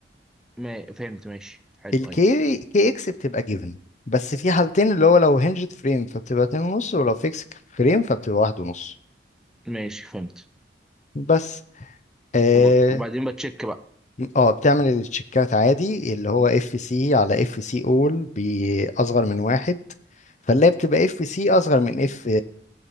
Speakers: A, in the centre; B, on the left.
A: ما... فهمت ماشي حلو
B: الكي
A: ايوه
B: كي اكس بتبقى جيفن بس في حالتين اللي هو لو هنجد فريم فبتبقى اتنين ونص ولو فيكس فريم فبتبقى واحد ونص
A: ماشي فهمت
B: بس اه
A: وب... وبعدين بتشيك بقى
B: آه، بتعمل التشيكات عادي اللي هو اف سي على اف سي اول باصغر من واحد فاللي هي بتبقى اف سي اصغر من اف